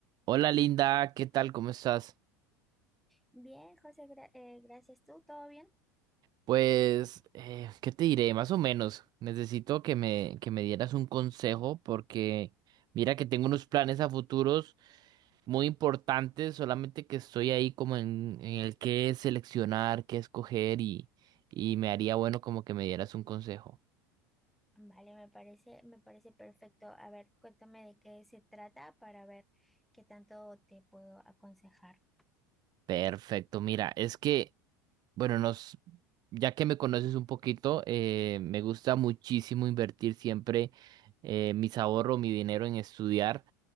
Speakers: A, on the right; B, in the centre.
A: Hola Linda, ¿qué tal? ¿Cómo estás?
B: Bien, José, gra- eh, gracias. ¿Tú? ¿Todo bien?
A: Pues, eh, ¿qué te diré? Más o menos. Necesito que me, que me dieras un consejo porque mira que tengo unos planes a futuros muy importantes, solamente que estoy ahí como en, en el qué seleccionar, qué escoger y, y me haría bueno como que me dieras un consejo.
B: Vale, me parece, me parece perfecto. A ver, cuéntame de qué se trata para ver qué tanto te puedo aconsejar.
A: Perfecto, mira, es que, bueno, nos, ya que me conoces un poquito, eh, me gusta muchísimo invertir siempre eh, mis ahorros, mi dinero en estudiar.